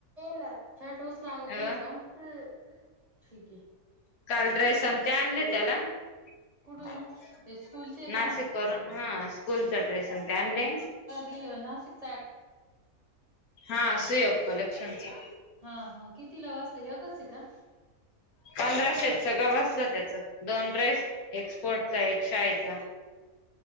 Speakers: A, on the right (about 30°); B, on the left (about 75°).
A: ना <unintelligible> छटोस लागतोय
B: अ
A: का ठीक आहे <inaudible>
B: काल ड्रेस आणि ते आणले त्याला
A: कुठून
B: <inaudible>
A: ते स्कूलचे
B: नाशिक
A: का
B: वरून हा स्कूलचा ड्रेस ते आणले.
A: <inaudible> नाशिक
B: <inaudible> सीएफ कलेक्शनचा
A: हा हा किती लाजता वाजता एकच आहे का
B: <inaudible> पंधराशेत सगळं बसलं त्याच दोन ड्रेस एक स्पोर्टचा एक शाळेचा